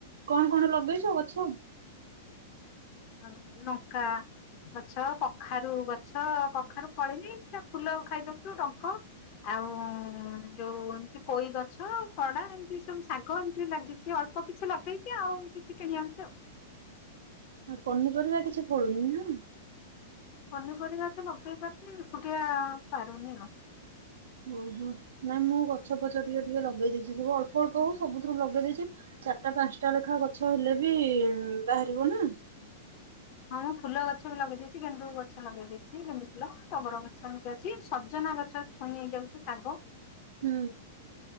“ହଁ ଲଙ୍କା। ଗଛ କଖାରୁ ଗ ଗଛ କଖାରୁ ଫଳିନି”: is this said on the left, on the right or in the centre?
Left